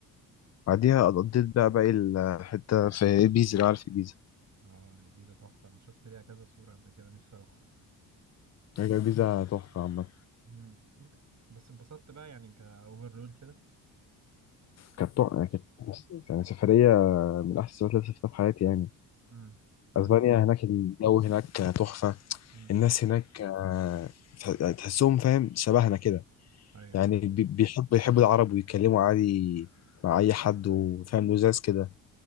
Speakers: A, on the left; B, on the right.
A: بعديها قضيت بقى باقي الحتة في إيبيزا اللي عارف إيبيزا
B: اه الجيزة تحفة أنا شفت ليها كذا صورة قبل كده نفسي أروح
A: هي إيبيزا تحفة عامة
B: مم. بس اتبسطت بقى يعني كأوفر رول كده
A: كانت تحفة يعني كانت يعني سفرية من أحسن السفرات اللي سافرتها في حياتي يعني
B: مم. أنا
A: أسبانيا
B: سافرت
A: هناك الجو هناك تحفة
B: مم.
A: الناس هناك آه، تح- تحسهم فاهم شبهنا كده
B: أيوه
A: يعني بي- بيحبوا يحبوا العرب ويتكلموا عادي مع أي حد وفاهم لزاز كده